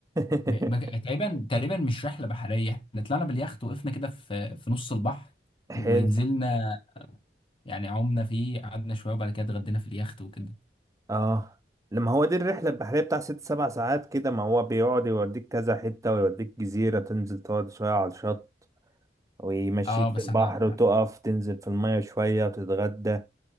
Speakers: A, on the right; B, on the left.
A: <laughs>
B: م- ما ك- تقريبا تقريبا مش رحله بحريه احنا طلعنا باليخت وقفنا كده في في نص البحر ونزلنا
A: حلو
B: يعني عمنا فيه قعدنا شويه وبعد كده اتغدينا في اليخت وكده
A: اه لما هو دي الرحلة البحرية بتاع ست سبع ساعات كده ما هو بيقعد يوديك كذا حتة ويوديك جزيرة تنزل تقعد شوية على الشط ويمشيك
B: اه بس
A: في البحر
B: احنا
A: وتقف تنزل في المية شوية وتتغدى